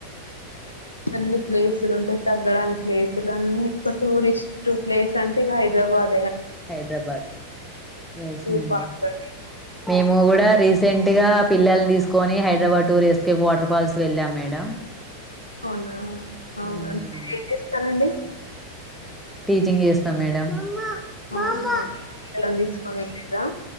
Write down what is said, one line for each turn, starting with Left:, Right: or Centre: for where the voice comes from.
Left: అన్ని ప్లేసులు ఉంటాయి తగ్గడానికి ప్లేసులు అన్ని ఒక టూరిస్ట్ ప్లేస్ అంటే ఇక హైదరాబాద్
Centre: హైడ్రాబాద్ ఎస్
Left: జూ
Centre: మేడం
Left: పార్క్ అని
Centre: మేము కూడా రీసెంట్ గా, పిల్లల్ని తీసుకొని హైదరాబాద్ టూర్స్కేప్ వాటర్ ఫాల్స్ వెళ్ళాం మేడం
Left: అవునా అవునా
Centre: మ్మ్.
Left: మీరు ఏం చేస్తారండి
Centre: టీచింగ్ చేస్తా మేడం హ
Left: అవునా పిల్లలని తీసుకొని వెళ్ళిరా